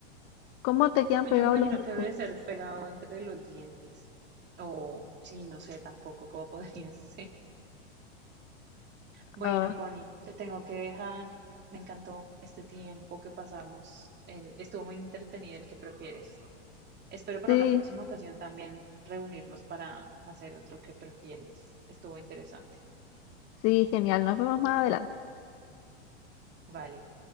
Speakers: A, on the left; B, on the right.
A: ¿Cómo te quedan
B: Pues
A: pegados
B: yo me imagino
A: los dientes?
B: que debe ser pegado entre los dientes. O sí, no sé tampoco cómo <laughs> podría ser. Bueno,
A: Ah,
B: Connie, te tengo que dejar. Me encantó este tiempo que pasamos. El- estuvo muy entretenido el que prefieres. Espero para
A: sí,
B: una próxima ocasión también reunirnos para hacer otro que prefieres. Estuvo interesante.
A: sí, genial. Nos vemos más adelante.
B: Vale.